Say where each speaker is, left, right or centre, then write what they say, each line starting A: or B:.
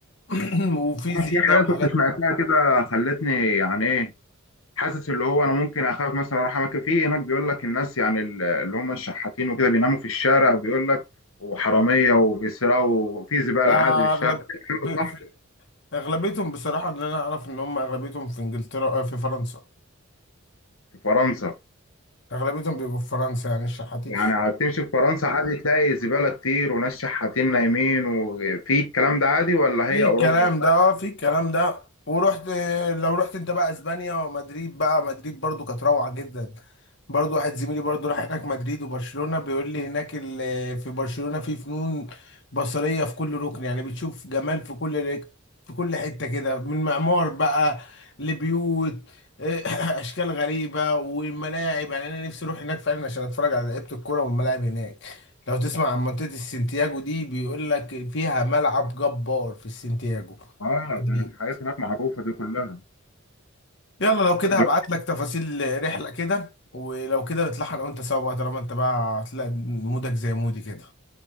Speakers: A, on the left; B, on the left.
A: <clears throat> وفي
B: أنا
A: زينه
B: في حاجة كنت
A: وحاجات
B: سمعتها كده خلتني يعني إيه حاسس اللي هو أنا ممكن أخاف مثلا أروح أماكن فيه هناك بيقول لك الناس يعني ال- اللي هم الشحاتين وكده بيناموا في الشارع بيقول لك وحرامية وبيسرقوا وفي زبالة
A: آه،
B: عادي في الشارع
A: اغلب
B: الكلام ده
A: في
B: صح
A: في اغلبيتهم بصراحه اللي انا اعرف ان هم اغلبيتهم في انجلترا آه، في فرنسا
B: في فرنسا
A: اغلبيتهم بيبقوا في فرنسا يعني الشحاتين
B: يعني هتمشي في فرنسا عادي تلاقي زبالة كتير وناس شحاتين نايمين وفي الكلام ده عادي ولا
A: في
B: هي أوروبا؟
A: الكلام ده اه في الكلام ده ورحت لو رحت انت بقى اسبانيا ومدريد بقى مدريد برضو كانت روعة جدا برضو واحد زميلي برضو راح هناك مدريد وبرشلونة بيقول لي هناك ال- في برشلونة في فنون بصرية في كل ركن يعني بتشوف جمال في كل رك- في كل حتة كده من معمار بقى لبيوت <coughs> <clears throat> اشكال غريبة والملاعب يعني انا نفسي اروح هناك فعلا عشان اتفرج على لعيبة الكورة والملاعب هناك لو تسمع عن منطقة السنتياجو دي بيقول لك فيها ملعب جبار في السنتياجو
B: اه
A: جميل.
B: ده الحاجات هناك معروفة دي كلها
A: يلا لو كده
B: دلوقتي
A: هبعت لك تفاصيل رحلة كده ولو كده نطلعها انا وانت سوا بقى طالما انت بقى هتلاقي مودك زي مودي كده